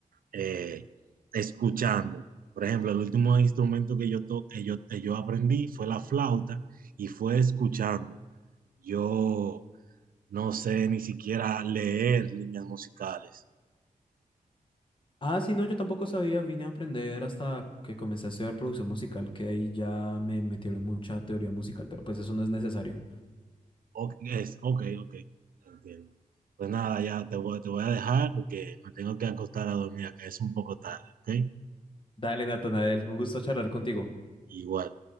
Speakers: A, on the right; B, on the left.
A: eh, escuchando. Por ejemplo, el último instrumento que yo, to- que yo, que yo aprendí fue la flauta y fue escuchando. Yo no sé ni siquiera leer líneas musicales.
B: Ah, sí, no, yo tampoco sabía, vine a aprender hasta que comencé a estudiar producción musical, que ahí ya me metieron mucha teoría musical, pero pues eso no es necesario.
A: Ok, es, ok, ok, entiendo. Pues nada, ya te voy, te voy a dejar porque me tengo que acostar a dormir acá, es un poco tarde, ¿ok?
B: Dale, Natanael, un gusto charlar contigo.
A: Igual.